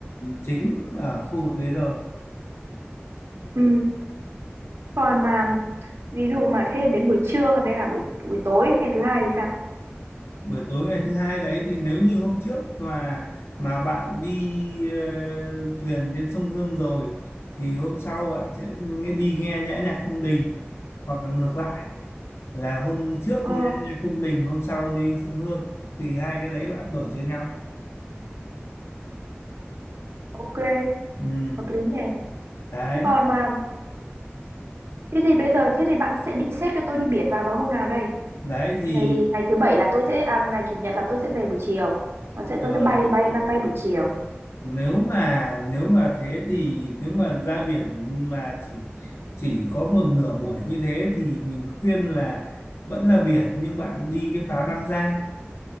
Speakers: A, on the left; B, on the right.
A: chính ở khu vực đấy rồi
B: ừ. Còn mà ví dụ mà thế đến buổi trưa với cả buổi buổi tối ngày thứ hai thì sao
A: buổi tối ngày thứ hai đấy thì nếu như hôm trước mà mà bạn đi ờ, thuyền trên sông Hương rồi thì hôm sau bạn sẽ nghe đi nghe nhã nhạc cung đình hoặc là ngược lại là hôm trước
B: ờ
A: nghe nhạc cung đình hôm sau đi sông Hương thì hai cái đấy bạn đổi cho nhau
B: ok
A: ừ,
B: hợp lý nhỉ
A: đấy
B: thế còn mà thế thì bây giờ thế thì bạn sẽ định xếp cho tôi đi biển vào vào hôm nào đây
A: đấy thì
B: ngày vì ngày thứ bảy là tôi sẽ à, ngày chủ nhật là tôi sẽ về buổi chiều nó sẽ
A: ờ,
B: tôi sẽ bay bay bay bay buổi chiều
A: nếu mà nếu mà thế thì nếu mà ra biển mà chỉ chỉ có một nửa buổi như thế thì mình khuyên là vẫn là biển nhưng bạn đi cái phá Tam Giang